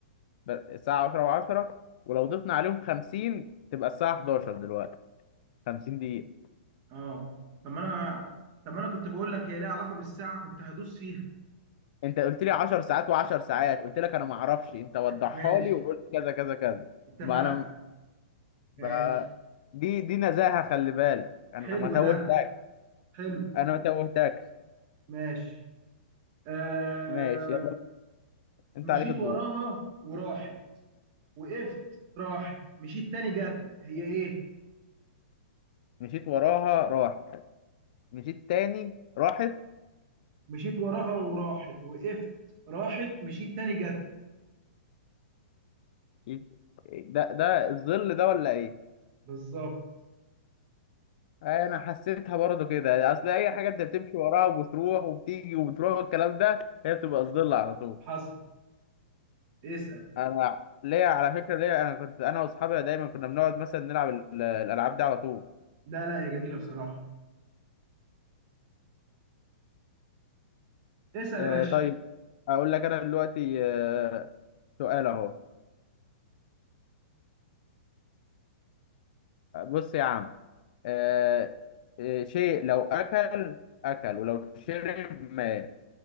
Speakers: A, on the left (about 50°); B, on the right (about 35°).
A: بس الساعة عشرة وعشرة ولو ضفنا عليهم خمسين تبقى الساعة حداشر دلوقتي خمسين دقيقة
B: اه طب ما انا طب ما انا كنت بقول لك هي ليها علاقه بالساعه كنت هدوس فيها
A: أنت قلت لي عشر ساعات وعشر ساعات قلت لك أنا معرفش أنت وضحها
B: ماشي
A: لي وقلت كذا كذا كذا
B: اتفقنا
A: ما أنا ب-
B: ماشي
A: دي دي نزاهة خلي بالك أنا
B: حلو
A: ما توهتك
B: ده حلو
A: أنا ما توهتكش
B: ماشي آه
A: ماشي يلا انت
B: مشيت
A: عليك الضوء
B: وراها وراحت وقفت راحت مشيت تاني جت هي ايه
A: مشيت وراها راح مشيت تاني راحت
B: مشيت وراها وراحت وقفت راحت مشيت تاني جت
A: يت- ده ده الظل ده ولا ايه
B: بالظبط
A: انا حسيتها برضه كده اصل اي حاجه انت بتمشي وراها وبتروح وبتيجي وبتروح والكلام ده هي بتبقى الظل على طول
B: حصل اسأل
A: انا ليا على فكره ليا انا كنت انا واصحابي دايما كنا بنقعد مثلا نلعب ال- الالعاب دي على طول
B: لا لا يا جميلة بصراحة اسأل
A: آه
B: يا باشا
A: طيب اقول لك انا دلوقتي آه سؤال اهو بص يا عم آه آه، شيء لو اكل اكل ولو شرب مات